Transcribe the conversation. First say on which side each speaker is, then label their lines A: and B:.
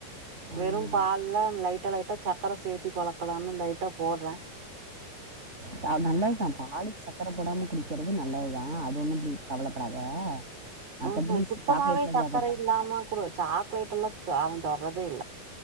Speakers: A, on the right (about 20°); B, on the right (about 50°).
A: ம்
B: வெறும் பால்ல லைட்டா லைட்டா சக் சக்கர சேத்தி பலக்கலான்னு லைட்டா போட்றன்
A: த நல்லதுதான் பாலுக்கு சக்கர போடாம குடிக்கறது நல்லதுதான் ஆஹ் அது ஒண்ணும் பி கவலப்படாத மத்தபடி
B: ஆஹ்ஹ குத்தமாவே
A: சாக்லேட்லாம்
B: சர்க்கர
A: சாப்டுறான்ல
B: இல்லாம குடு சாக்லேட் எல்லாம் சோவன் தொட்ரதே இல்ல